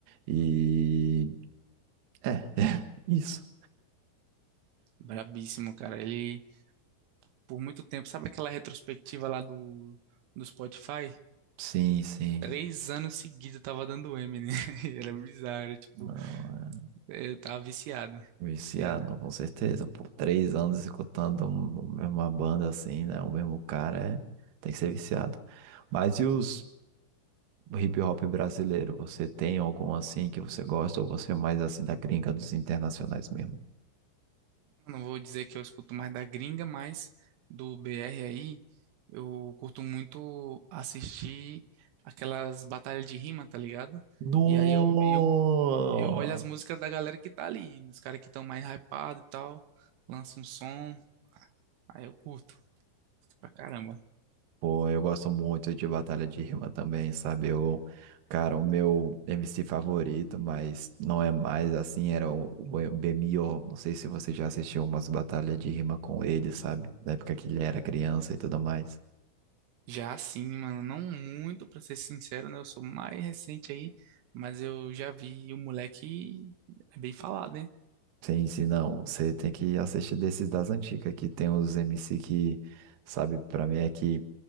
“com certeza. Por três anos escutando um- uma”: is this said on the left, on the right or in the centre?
Right